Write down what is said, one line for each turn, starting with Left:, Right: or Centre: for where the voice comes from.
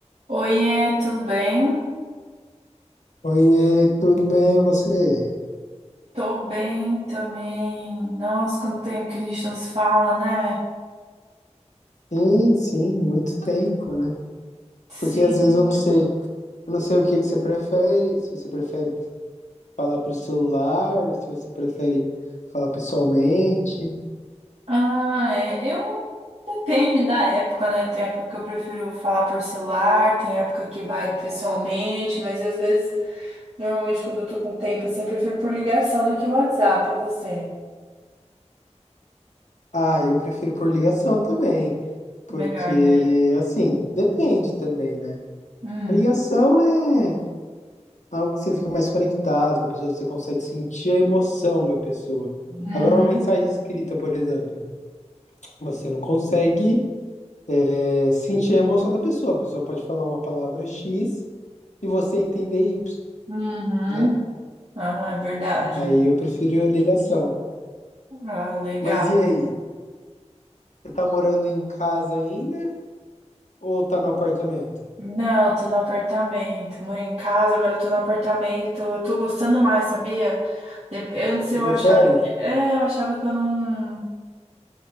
Right: Oiê, tudo bem?
Left: Oiê, tudo bem e você?
Right: Tô bem também. Nossa, quanto tempo que a gente não se fala, né?
Left: Sim, sim, muito tempo, né?
Right: Sim.
Left: Porque às vezes eu não sei, eu não sei o que que você prefere, se você prefere falar por celular, se você prefere falar pessoalmente.
Right: Ah, é. Eu. Depende da época, né? Tem época que eu prefiro falar por celular, tem época que vai pessoalmente, mas às vezes, normalmente quando eu tô com tempo, assim, eu prefiro por ligação do que WhatsApp. E você?
Left: Ah, eu prefiro por ligação também, porque
Right: Melhor, né?
Left: assim, depende também, né?
Right: Hum.
Left: A ligação é algo que você fica mais conectado com a pessoa, você consegue sentir a emoção da pessoa.
Right: Uhum.
Left: Agora, uma mensagem escrita, por exemplo, você não consegue é sentir a emoção da pessoa. A pessoa pode falar uma palavra X e você entender Y,
Right: Uhum.
Left: né?
Right: Ah, é verdade.
Left: Aí eu prefiro a ligação.
Right: Ah, legal.
Left: Mas e aí? Você tá morando em casa ainda ou tá no apartamento?
Right: Não, eu tô no apartamento. Moro em casa, agora eu tô no apartamento. Eu tô gostando mais, sabia? De- Antes
Left: Você
Right: eu
Left: prefere?
Right: achava que, é, eu achava que eu não,